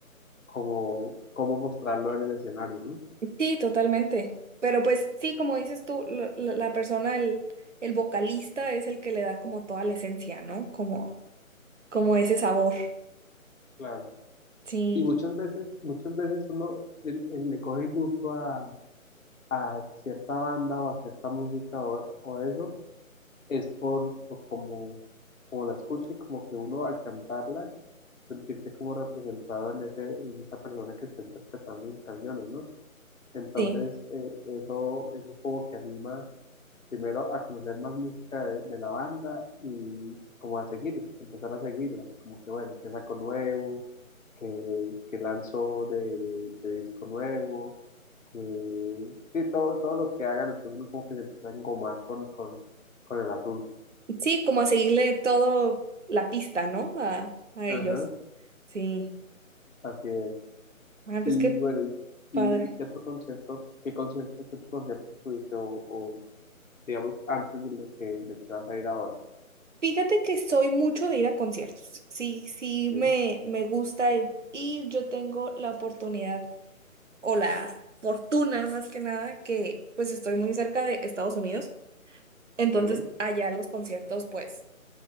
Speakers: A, on the left; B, on the right.
A: como, cómo mostrarlo en el escenario, ¿no?
B: sí, totalmente. Pero pues sí, como dices tú, la, la- la persona, el, el vocalista es el que le da como toda la esencia, ¿no? Como como ese sabor.
A: Claro.
B: Sí,
A: Y muchas veces, muchas veces uno el- el- le coge el gusto a, a cierta banda o a cierta música o, o eso, es por, por como, como la escucha y como que uno al cantarla sentirse como representado en ese, en esa persona que está interpretando mis canciones, ¿no? Entonces,
B: sí.
A: eh, eso, eso como que anima primero a conocer más música de, de la banda y como a seguir, empezar a seguirla, como que bueno, que saco nuevo, que, que lanzo de, de, de disco nuevo, que sí, todo, todo lo que hagan, entonces uno como que se empieza a engomar con, con, con el asunto.
B: Sí, como a seguirle todo la pista, ¿no? A, a
A: Ajá,
B: ellos. Sí.
A: así es.
B: Ah, pues
A: Y
B: qué
A: bueno, y,
B: padre.
A: y y qué otro concierto, qué concierto, qué otro concierto tuviste o, o, digamos antes de lo que, de que vas a ir ahora?
B: Fíjate que soy mucho de ir a conciertos. Sí, sí,
A: Sí,
B: me, me gusta ir y yo tengo la oportunidad o la fortuna más que nada que pues estoy muy cerca de Estados Unidos. Entonces
A: sí,
B: allá los conciertos pues